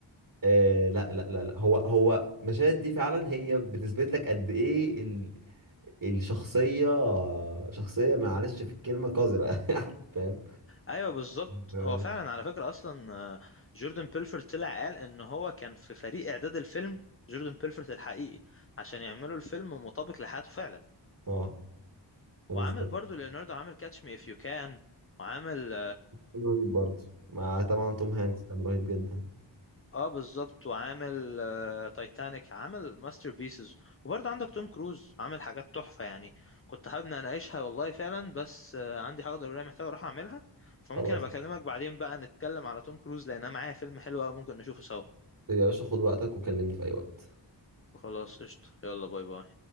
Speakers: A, on the right; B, on the left.
A: آه لا لا لا لا هو هو المشاهد دي فعلا هي بتثبت لك قد إيه ال... الشخصية شخصية معلش في الكلمة قذرة <laughs> يعني فاهم
B: ايوه بالظبط
A: أنت-
B: هو فعلا على فكره اصلا آه، جوردن بيلفورد طلع قال ان هو كان في فريق اعداد الفيلم جوردن بيلفورد الحقيقي عشان يعملوا الفيلم مطابق لحياته فعلا
A: اه بالظبط
B: وعامل برضو ليوناردو عامل كاتش مي اف يو كان وعامل
A: كان رهيب برضه مع طبعا توم هانكس كان رهيب جدا
B: اه بالظبط وعامل آه، تايتانيك عامل ماستر بيسز وبرضه عندك توم كروز عامل حاجات تحفة يعني كنت حابب إن اناقشها والله فعلا بس آه، عندي حاجة ضرورية محتاج اروح اعملها فممكن
A: خلاص
B: ابقى اكلمك بعدين بقى نتكلم على توم كروز لان انا معايا فيلم حلو قوي ممكن نشوفه سوا
A: يا باشا خد وقتك وكلمني في أي وقت
B: خلاص قشطة يلا باي باي